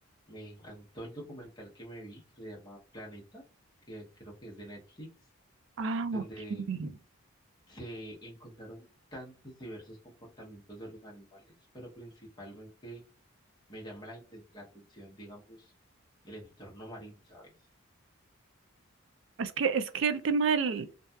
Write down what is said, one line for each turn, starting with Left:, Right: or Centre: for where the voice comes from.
Left: Me encantó el documental que me vi, que se llama Planeta, que creo que es de Netflix,
Right: Ah,
Left: donde
Right: ok.
Left: se encontraron tantos diversos comportamientos de los animales, pero principalmente me llama la, inte- la atención, digamos, el entorno marino, ¿sabes?
Right: Es que, es que el tema del,